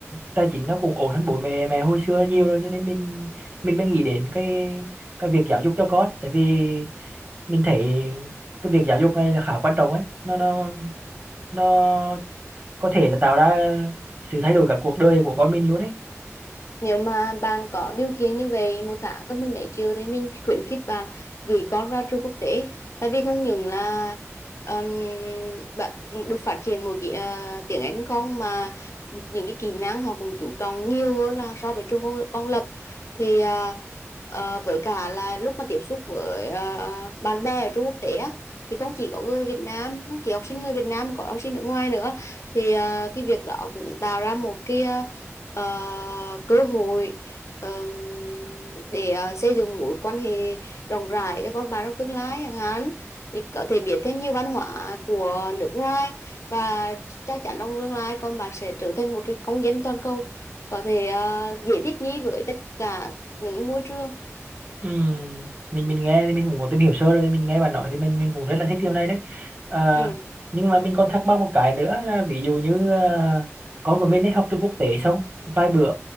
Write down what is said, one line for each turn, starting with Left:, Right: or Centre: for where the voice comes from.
Right: tài chính nó cũng ổn hơn bố mẹ mẹ hồi xưa nhiều rồi cho nên mình mình mới nghĩ đến cái cái việc giáo dục cho con tại vì mình thấy cái việc giáo dục này là khá quan trọng ấy nó nó nó có thể là
Left: Ừ.
Right: tạo ra sự thay đổi cả cuộc đời của con mình luôn ấy
Left: Nếu mà bạn có điều kiện như vậy một tháng có mười mấy triệu thì mình khuyến khích bạn gửi con vào trường quốc tế tại vì không những là um, bạn được phát triển một cái ờ, tiếng Anh không mà những cái kỹ năng họ cũng chú trọng nhiều hơn là so với trường công, công lập thì ờ, ờ, với cả là lúc mà tiếp xúc với ờ, bạn bè ở trường quốc tế á, thì không chỉ có người Việt Nam không chỉ học sinh người Việt Nam mà có học sinh nước ngoài nữa thì ờ, cái việc đó cũng tạo ra một cái ờ, ờ, cơ hội ờm, để ờ, xây dựng mối quan hệ rộng rãi cho con bạn trong tương lai chẳng hạn thì có thể biết thêm nhiều văn hóa của nước ngoài và chắc chắn trong tương lai con bạn sẽ trở thành một cái công dân toàn cầu có thể ờ, dễ thích nghi với tất cả những cái môi trường
Right: Ừ mình mình nghe thì mình cũng có tìm hiểu sơ rồi mình nghe bạn nói thì mình mình cũng rất là thích điều này đấy Ờ,
Left: ừ.
Right: nhưng mà mình còn thắc mắc một cái nữa là ví dụ như ờ, con của mình ấy học trường quốc tế xong vài bữa